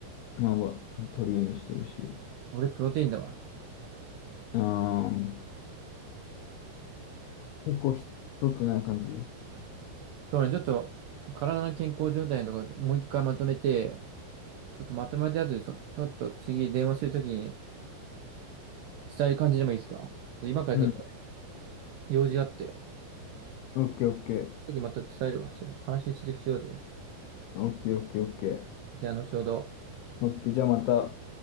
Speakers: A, on the left; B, on the right.
A: まあ、まあ取るようにしてるし。
B: 俺、プロテインだわ。
A: あー、結構ひ取ってない感じ。
B: そうね、ちょっと体の健康状態のところでもう一回まとめて、ちょっとまとめたやつ、ちょ、ちょっと次電話するときに伝える感じでもいいですか今からちょっと
A: うん
B: 用事があって、
A: オッケーオッケー。
B: 次また伝えるわ。その話続きしようぜ。
A: オッケーオッケーオッケー。
B: じゃあ後ほど。
A: オッケー。じゃあまた。